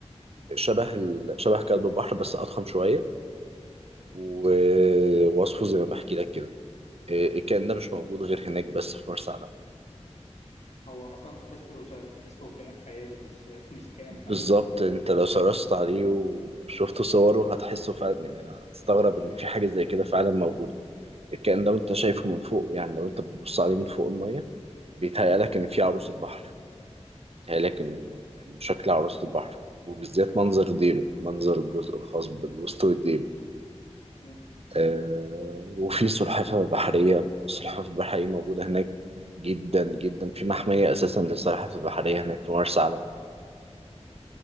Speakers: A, on the right; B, on the left.
A: شبه ال... شبه كلب البحر بس أضخم شوية ووصفه زي ما بحكي لك كده إيه، الكائن ده مش موجود غير هناك بس في مرسى علم
B: هو اصلا تحسه تحسه كائن خيالي مش <laughs> مش كائن
A: بالظبط
B: حقيقي
A: انت لو سرشت عليه وشفت صوره هتحسه فعلا يعني هتستغرب ان في حاجه زي كده فعلا موجوده الكائن ده وانت شايفه من فوق يعني لو انت بتبص عليه من فوق الميه بيتهيألك ان في عروس البحر بيتهيألك ان إن شكل عروس البحر وبالذات منظر ديله منظر الجزء الخاص بالوسط والديل
B: مم.
A: آه وفي سلحفاه بحريه السلحفاه البحريه موجوده هناك جدا جدا في محميه اساسا للسلحفاه البحريه هناك في مرسى علم